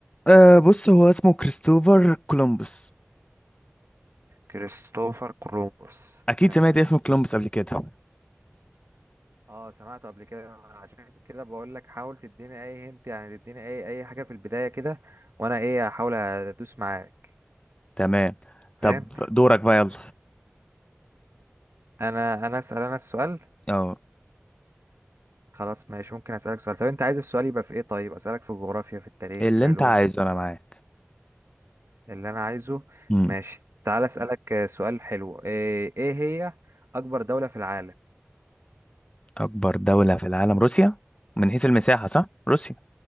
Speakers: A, on the left (about 25°); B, on the right (about 70°).
A: أه بص هو اسمه كريستوفر كولومبوس
B: كريستوفر كولومبوس
A: اكيد
B: تمام
A: سمعت اسم كولومبس قبل كده
B: اه سمعته قبل كده أنا عشان كده بقول لك حاول تديني اي هنت يعني تديني اي اي حاجه في البدايه كده وانا ايه احاول ادوس معاك
A: تمام
B: فاهم
A: طب دورك بقى يلا
B: انا انا اسال انا السؤال
A: اه
B: خلاص ماشي ممكن اسالك سؤال طب انت عايز السؤال يبقى في ايه طيب اسالك في الجغرافيا في التاريخ
A: اللي
B: في العلوم
A: انت عايزه انا معاك
B: اللي انا عايزه
A: مم.
B: ماشي تعال اسالك آه، سؤال حلو ايه إيه هي اكبر دولة في العالم
A: اكبر دولة في العالم روسيا من حيث المساحة صح روسيا